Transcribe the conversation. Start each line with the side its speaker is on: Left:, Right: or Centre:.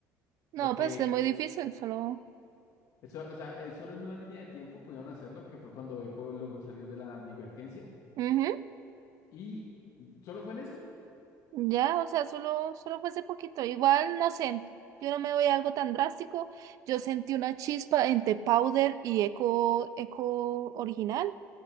Right: no,
Left: Porque
Right: pues que es muy difícil, solo...
Left: eso, o sea, él solo en una línea de tiempo pudieron hacerlo, que fue cuando Echo logró salir de la divergencia.
Right: ujú.
Left: Y solo fue en ese.
Right: Ya, o sea, solo, solo fue ese poquito. Igual, no sé, yo no me voy a algo tan drástico. Yo sentí una chispa entre powder y eco, eco original.